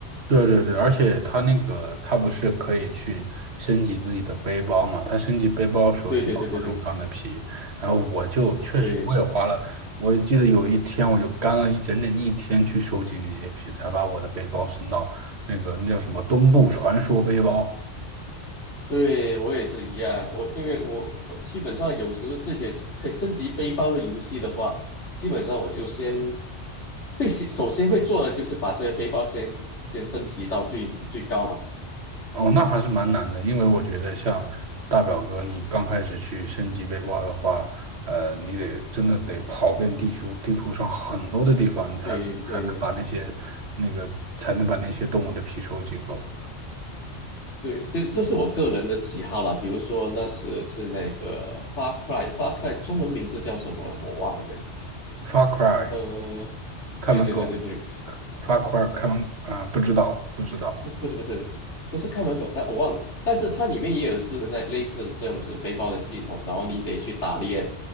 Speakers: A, on the right (about 65°); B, on the left (about 80°).
A: 对对对，而且它那个它不是可以去升级自己的背包嘛？它升级背包的时候就要各种各样的皮，
B: 对对对对对
A: 然后我就确实我也花了，
B: 对
A: 我记得有一天我就干了一整整一天去收集那些皮，才把我的背包升到那个那叫什么东部传说背包。
B: 对，我也是一样，我因为我我基本上有时这些可以升级背包的游戏的话，基本上我就先。会先首先会做的就是把这个背包先先升级到最最高吧。
A: 哦，那还是蛮难的，因为我觉得像大表哥，你刚开始去升级背包的话，呃，你得真的得跑遍地球地图上很多的地方，你才才能把那些那个才能把那些动物的皮收集够。
B: 对对对对，这是我个人的喜好啦。比如说那时是那个 Far Cry，Far Cry 中文名字叫什么我忘了。
A: Far Cry
B: 呃，
A: 看门狗
B: 对对对对对，
A: ，Far Cry 看门啊、不知道不知道，
B: 不不不对，不是看门狗，但我忘了。但是它里面也有是那类似这样子背包的系统，然后你得去打猎，